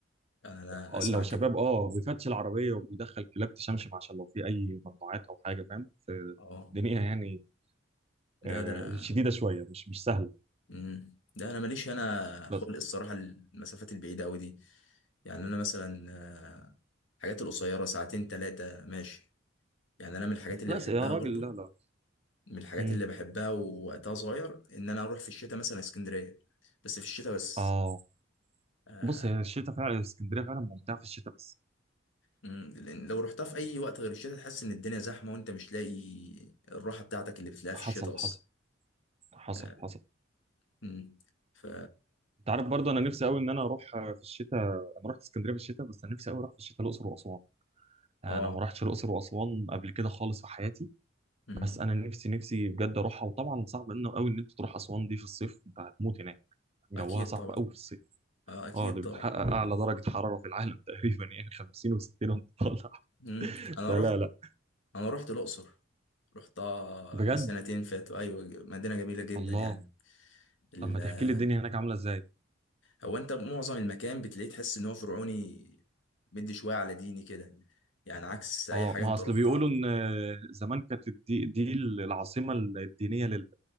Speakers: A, on the left (about 75°); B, on the right (about 30°).
A: يعني انا
B: آه،
A: اسمع
B: لو
A: كده
B: شباب اه بيفتش العربيه وبيدخل كلاب تشمشم عشان لو في اي ممنوعات او حاجه فاهم في
A: اه
B: الدنيا يعني
A: لا
B: آه
A: ده انا
B: شديده شويه مش مش سهله
A: امم ده انا ماليش انا خلق
B: بس
A: الصراحه المسافات البعيده قوي دي يعني انا مثلا آه، الحاجات القصيره ساعتين ثلاثه ماشي يعني انا من الحاجات اللي
B: لا
A: بحبها
B: س- يا راجل
A: برضو
B: لا لا
A: من الحاجات
B: مم.
A: اللي بحبها ووقتها صغير ان انا اروح في الشتاء مثلا اسكندريه بس في الشتاء بس
B: اه
A: آه،
B: بص هي الشتاء فعلا اسكندريه فعلا ممتعه في الشتاء بس
A: مم، لأن لو رحتها في اي وقت غير الشتاء تحس ان الدنيا زحمه وانت مش لاقي الراحه بتاعتك اللي بتلاقيها
B: حصل
A: في الشتاء اصلا
B: حصل حصل
A: آه،
B: حصل
A: مم، ف
B: انت عارف برضه انا نفسي قوي ان انا اروح في الشتاء انا رحت اسكندريه في الشتاء بس انا نفسي قوي اروح في الشتاء الاقصر واسوان
A: اه
B: انا ما رحتش الاقصر واسوان قبل كده خالص في حياتي
A: مم،
B: بس انا نفسي نفسي بجد اروحها وطبعا صعب انه قوي ان انت تروح اسوان دي في الصيف انت هتموت هناك جوها
A: اكيد
B: صعب
A: طبعا
B: قوي في الصيف
A: آه، اكيد
B: اه دي بتحقق
A: طبعا
B: اعلى درجه حراره في العالم <laughs> تقريبا يعني 50 و60 وانت طالع
A: مم.
B: <laughs>
A: انا
B: فلا
A: رحت
B: لا
A: انا رحت الاقصر رحت آه،
B: بجد
A: من سنتين فاتوا ايوه ج- مدينه جميله جدا
B: الله
A: يعني ال-
B: طب ما
A: آه،
B: تحكي لي الدنيا هناك عامله ازاي
A: هو انت معظم المكان بتلاقيه تحس ان هو فرعوني بدي شويه على ديني كده يعني عكس اي
B: اه
A: حاجه
B: ما
A: انت
B: اصل
A: رحتها
B: بيقولوا ان زمان كانت دي, دي العاصمه الدينيه لل-